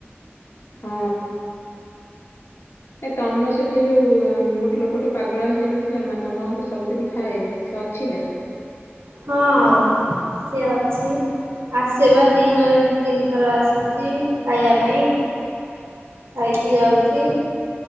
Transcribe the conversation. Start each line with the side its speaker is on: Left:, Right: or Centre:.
Left: ହଁ। ଏ ତମ ସେଠି ଯେଉଁ ଗୋଟେ ଲୋକ ପାଗଳ ହୋଇଯାଇନଥିଲା ନା ତମ ଘରେ ସବୁଦିନ ଖାଏ? ସେ ଅଛି ନା?
Right: ହଁ ସେ ଅଛି ଆସିବା ଦିନରେ ଦୁଇ ତିନିଥର ଆସିଛି ଖାଇବା ପାଇଁ ଖାଇକି ଯାଉଛି